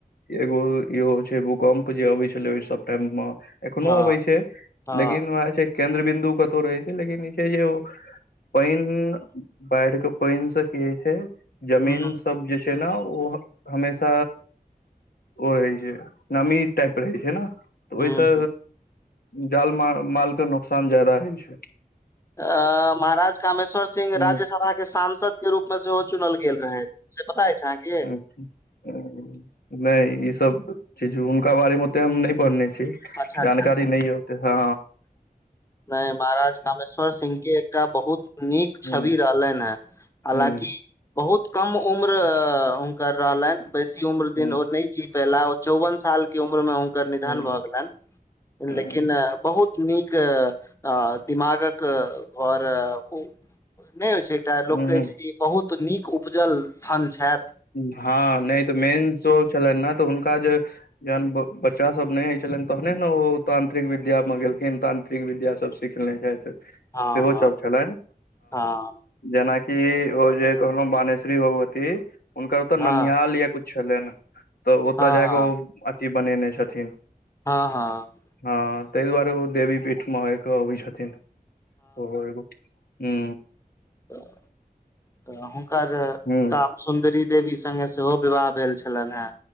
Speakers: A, on the left; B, on the left.
A: एगो इहो छै भूकम्प जे अबै छलै ओहि सब टाइम मेँ एखनो
B: हँ
A: अबै छै
B: हँ
A: लेकिन वह छै केन्द्र बिन्दु कतौ रहै छै लेकिन ई छै जे पानि बाढ़ि के पानि से की होइ छै जमी
B: हुँ
A: सब जे छै ने ओ हमेश ओ रहै छै नमी टाइप रहै छै न तऽ
B: हुँ
A: ओहिसँ
B: हुँ।
A: जाल मालके नोककसान जादा होइ छ
B: अ महाराज कामेश्वर सिंह
A: हूँ
B: राज्यसभा के सांस के रूप मे सेहो चुनल गेल रहै से पता अछि छै अहाँक
A: हूँ नहि ई सब चीज हुनका बारे मे ओते हम नहि पढ़न छी
B: अच्छा अच्छा
A: जानकारी नइ ओते ह
B: नहि महाराज कामेश्वर सिंह के एकटा बहुत नीक छवि
A: हूँ
B: रहलनि हे हलााँकि
A: हूँ
B: बहुत कम उम्र हुनकर रहलनि बेसी उम्र
A: हूँ
B: दिन ओ नह कि पायला चौवन साल के उम्र मे हुनकर निधन
A: हूँ
B: भऽ गैलेन
A: हूँ
B: लेकि बहुत नीक द आओर ओ नहि होइ छै एकटा
A: हूँ
B: लोक कहै
A: हूँ।
B: ल बहुत नीक उपजल स्थन छथ
A: हँ नइ तऽ मेन शो छलनि ने तऽ हुनका ज जहन बच्चा सब नहि होय छलैन तहने ने ओ तांत्रिक विद्या में गेलखिन तांत्रिक विद्या सब स सीखने छथि सेहो
B: हँ
A: सब छलनि
B: हँ
A: जेनाकि ओ जे कहलहु बानेश्वरी भगवती हुनकर ओतऽ
B: हँ
A: ननिहाल य कुछ छलै न तऽ ओतऽ
B: हँ
A: जाकेऽ
B: हँ
A: ओ अथी बनेने छथि
B: हँ ह
A: हँ ताहि दुआरेओ देवी पीठमे एक अबै छथिन ओ एगो हू
B: त तऽ हुनकर
A: हूँ
B: सुन्दरी देवी सङ्गे सेहो विवाह भेल छलनि हे